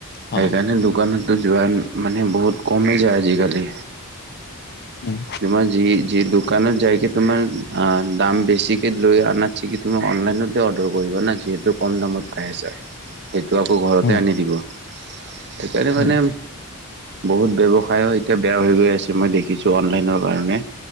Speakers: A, on the left; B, on the right.
A: অ
B: সেইকাৰণে দোকানতো যোৱা মানে বহুত কমি যায় আজিকালি।
A: উম
B: তোমাৰ যি, যি দোকানত যাইকে তোমাৰ আ দাম বেছিকে লৈ আ আপোনাৰ চিকি তুমি অনলাইনতে অৰ্ডাৰ কৰিবা না যিহেতু কম দামত পাই আছা। সেইটো আকৌ ঘৰতে
A: উম
B: আনি দিব। সেইকাৰণে মানে
A: উম
B: বহুত ব্যৱসায়ও এতিয়া বেয়া হৈ গৈ আছে, মই দেখিছো অনলাইনৰ কাৰণে,